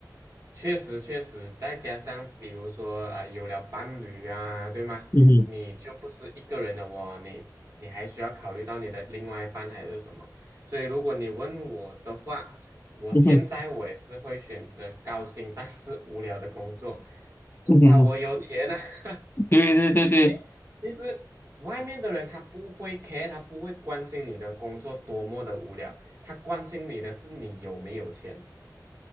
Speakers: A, on the right; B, on the left.
A: 确实确实，再加上比如说啊、有了伴侣啊，对吗？
B: 嗯哼
A: 你就不是一个人的哦，你你还需要考虑到你的另外一半还是什么。所以如果你问我的话，我现在我也是会选择高薪但是无聊的工作，
B: 嗯哼
A: 至少我有钱呐。
B: 嗯哼。
A: <laughs>
B: 对对对对，
A: 因为其实外面的人他不会 care，他不会关心你的工作多么的无聊，他关心你的是你有没有钱。